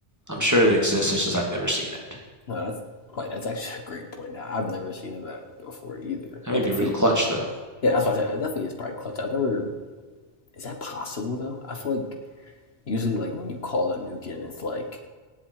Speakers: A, on the right; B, on the left.
A: I'm sure it exists. It's just I've never seen it.
B: No, that's like that's actually a great point. Now I've never seen him that before either.
A: That
B: That
A: may be
B: definitely,
A: real clutch though.
B: yeah, that's what I said. That definitely is probably clutch. I've never. Is that possible though? I feel like usually like when you call the nuke in, it's like